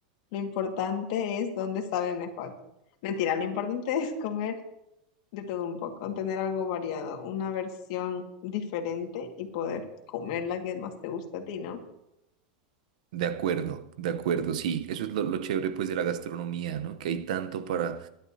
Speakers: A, on the left; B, on the right.
A: lo importante es dónde sabe mejor. Mentira, lo importante es comer de todo un poco, tener algo variado, una versión diferente y poder comer la que más te gusta a ti, ¿no?
B: de acuerdo, de acuerdo, sí. Eso es lo, lo chévere pues de la gastronomía, ¿no? Que hay tanto para,